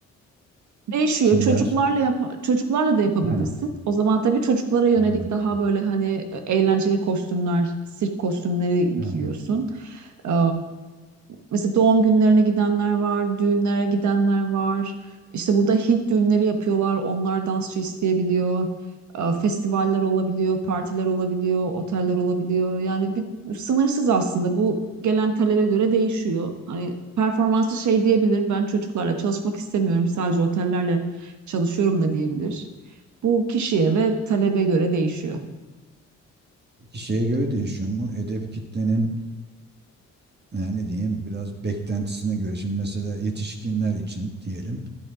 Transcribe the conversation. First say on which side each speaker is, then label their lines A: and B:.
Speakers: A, on the right; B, on the right.
A: Değişiyor.
B: Kimler?
A: Çocuklarla yap- çocuklarla da yapabilirsin.
B: Ha.
A: O zaman tabii çocuklara yönelik
B: hmm,
A: daha böyle hani e, eğlenceli kostümler, sirk kostümleri
B: ha.
A: giyiyorsun. Ee, mesela doğum günlerine gidenler var, düğünlere gidenler var. İşte burada Hint düğünleri yapıyorlar. Onlar dansçı isteyebiliyor. Ee, festivaller olabiliyor, partiler olabiliyor, oteller olabiliyor. Yani sınırsız aslında. Bu gelen talebe göre değişiyor. Hani performansı şey diyebilir. Ben çocuklarla çalışmak istemiyorum. Sadece otellerle çalışıyorum da diyebilir. Bu kişiye ve talebe göre değişiyor.
B: Peki şeye göre değişiyor mu? Hedef kitlenin yani ne diyeyim biraz beklentisine göre. Şimdi mesela yetişkinler için diyelim.